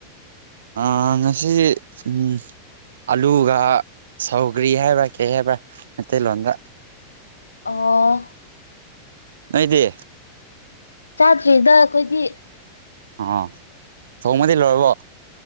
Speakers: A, on the right; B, on the left.
A: ꯑ ꯉꯁꯤ ꯎꯝ ꯑꯂꯨꯒ ꯁꯧꯒ꯭ꯔꯤ ꯍꯥꯏꯕ꯭ꯔꯥ ꯀꯩ ꯍꯥꯏꯕ꯭ꯔꯥ ꯃꯩꯇꯩꯂꯣꯟꯗ
B: ꯑ
A: ꯅꯣꯏꯗꯤ
B: ꯆꯥꯗ꯭ꯔꯤꯗ ꯑꯩꯈꯣꯏꯗꯤ
A: ꯑꯥ ꯁꯣꯡꯃꯗꯤ ꯂꯣꯏꯔꯕꯣ